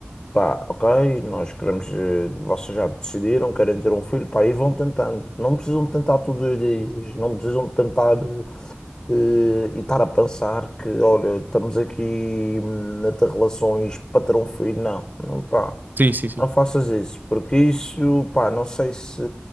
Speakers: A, on the left (about 30°); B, on the right (about 45°).
A: Pá, ok, nós queremos. eh, Vocês já decidiram, querem ter um filho, pá, e vão tentando. Não precisam de tentar todos os dias, não precisam de tentar eh, e estar a pensar que, olha, estamos aqui hum, a ter relações para ter um filho. Não, não, pá,
B: Sim, sim, sim.
A: não faças isso, porque isso, pá, não sei se